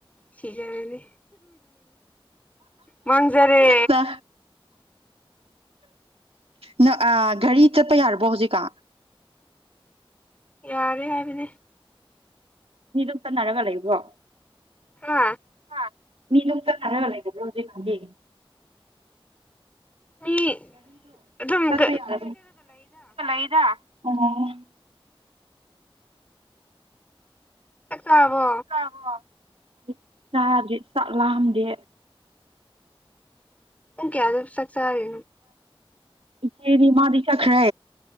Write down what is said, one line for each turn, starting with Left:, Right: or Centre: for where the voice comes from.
Left: ꯁꯤꯖꯟꯅꯥꯅꯤ ꯃꯥꯡꯖꯔꯦ
Right: ꯅ ꯅ ꯘꯥꯔꯤ ꯆꯠꯄ ꯌꯥꯔꯕꯣ ꯍꯧꯖꯤꯛꯀꯥ
Left: ꯌꯥꯔꯦ ꯍꯥꯏꯕꯅꯦ
Right: ꯃꯤꯗꯨꯝ ꯆꯟꯅꯔꯒ ꯂꯩꯕ꯭ꯔꯣ
Left: ꯍꯥ
Right: ꯍꯥ ꯃꯤ ꯅꯣꯛꯊꯛ ꯊꯥꯗꯔꯥ ꯂꯩꯒꯗꯧꯗꯤ ꯃꯥꯟꯗꯦ
Left: ꯃꯤ ꯑꯗꯨꯝ
Right: ꯆꯠꯄ ꯌꯥꯔꯒ ꯂꯩꯗ ꯑꯣ
Left: ꯆꯥꯛ ꯆꯥꯔꯕꯣ
Right: ꯇꯕꯔꯣ ꯆꯥꯗꯔꯤ ꯆꯥꯛ ꯂꯥꯝꯗꯦ
Left: ꯄꯨꯡ ꯀꯌꯥꯗ ꯆꯥꯛ ꯆꯔꯤꯅꯣ
Right: ꯏꯆꯦꯗꯤ ꯃꯗꯤ ꯆꯠꯈ꯭ꯔꯦ